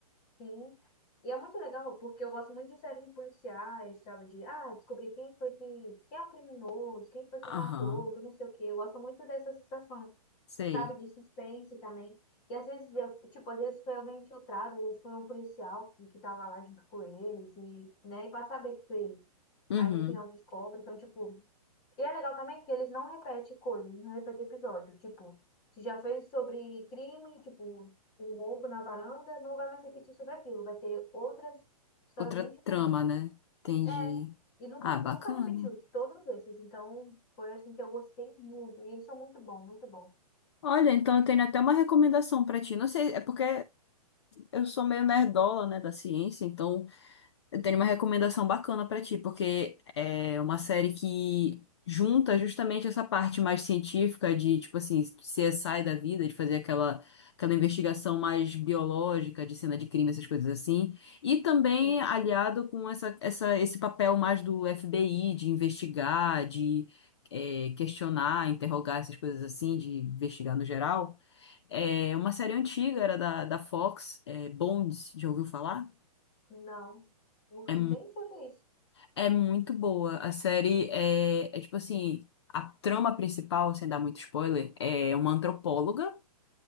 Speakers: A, on the left; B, on the left.
A: Sim. E é muito legal, porque eu gosto muito de séries de policiais, sabe? De, ah, descobrir quem foi que, quem é o criminoso, quem foi que matou,
B: Aham,
A: que não sei o quê. Eu gosto muito dessa sensação,
B: sei.
A: sabe? De suspense também. E às vezes, eu, tipo, às vezes foi alguém infiltrado, às vezes foi um policial que que tava lá junto com eles, e, né? E pra saber que foi ele.
B: Uhum.
A: Aí no final descobre. Então, tipo, e é legal também que eles não repetem coisas, não repetem episódio. Tipo, se já fez sobre crime, tipo, o roubo na varanda, não vai mais repetir sobre aquilo. Vai ter outras histórias
B: Outra
A: bem diferentes.
B: trama, né? Entendi.
A: É, e nunca,
B: Ah, bacana.
A: nunca repetiu de todos esses. Então, foi assim que eu gostei muito. E eles são muito bons, muito bons.
B: Olha, então eu tenho até uma recomendação pra ti. Não sei, é porque eu sou meio nerdola, né, da ciência, então eu tenho uma recomendação bacana pra ti, porque é uma série que junta justamente essa parte mais científica de, tipo assim, CSI da vida, de fazer aquela, aquela investigação mais biológica, de cena de crime, essas coisas assim, e também
A: Sim.
B: aliado com essa, essa, esse papel mais do FBI, de investigar, de é, questionar, interrogar, essas coisas assim, de investigar no geral. É uma série antiga, era da, da Fox, é, Bones, já ouviu falar?
A: Não, nunca-
B: É
A: nem sei o que é isso.
B: é muito boa. A série é, é tipo assim, a trama principal, sem dar muito spoiler, é uma antropóloga,